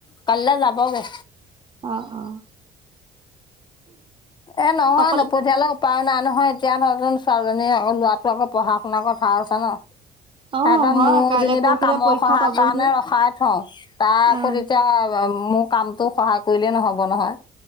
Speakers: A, on the left (about 25°); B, on the right (about 30°).
A: কালিলৈ যাবগে।
B: আহ, আহ।
A: এ, নহয়
B: অকল
A: নপঠিয়ালোও ন। নহয়, এতিয়া নহ, জ, ছোৱালীজনীয়ে আকৌ লৰাটো আকৌ পঢ়া শুনা ক, ভাল আছে ন।
B: অ'
A: সিহতৰ
B: হয়
A: মোৰ
B: কাইলৈ
A: যেনিবা
B: পৰহিলৈ
A: কামৰ
B: পৰীক্ষা
A: সহায়
B: পাবহিয়ে।
A: কাৰণে ৰখাই থওঁ তাৰ আকৌ
B: অ'
A: তেতিয়া মোক কামটো সহায় কৰিলেই নহ'ব নহয়।